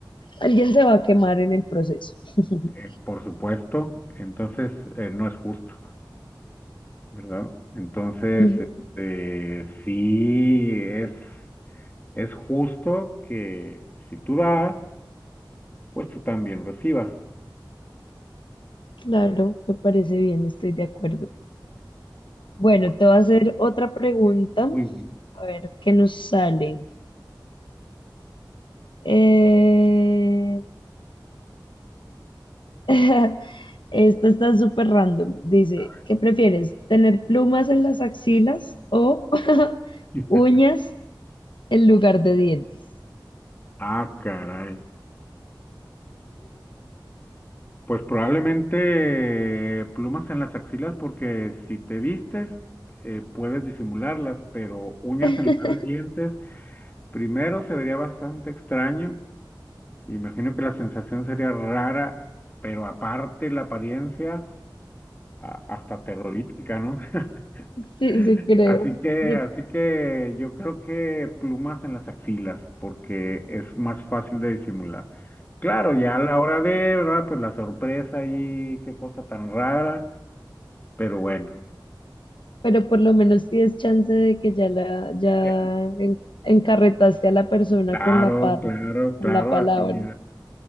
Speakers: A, on the left; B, on the left.
A: alguien se va a quemar en el proceso. <laughs>
B: eh, por supuesto, entonces eh, no es justo, ¿verdad? Entonces,
A: Ujú,
B: este, sí es, es justo que si tú das, pues tú también recibas.
A: Claro, me parece bien, estoy de acuerdo. Bueno,
B: Pues,
A: te voy a hacer otra pregunta,
B: muy bien.
A: a ver qué nos sale. Eh, <laughs> Esto está súper random. Dice,
B: A ver.
A: ¿qué prefieres? ¿Tener plumas en las axilas o <laughs>
B: <laughs>
A: uñas en lugar de dientes?
B: Ah, caray. Pues probablemente plumas en las axilas porque si te vistes eh, puedes disimularlas, pero uñas
A: <laughs>
B: en lugar de dientes, primero se vería bastante extraño. Imagino que la sensación sería rara, pero aparte la apariencia a- hasta terrorífica, ¿no? <laughs>
A: Sí, sí, creo.
B: Así que,
A: Yo-
B: así que yo creo que plumas en las axilas porque es más fácil de disimular. Claro, ya a la hora de, ¿verdad? Pues la sorpresa y qué cosa tan rara. Pero bueno,
A: pero por lo menos tienes chance de que ya la, ya
B: De-
A: en- encarretaste a la persona
B: claro,
A: con la parla,
B: claro, claro,
A: con la palabra.
B: así ya,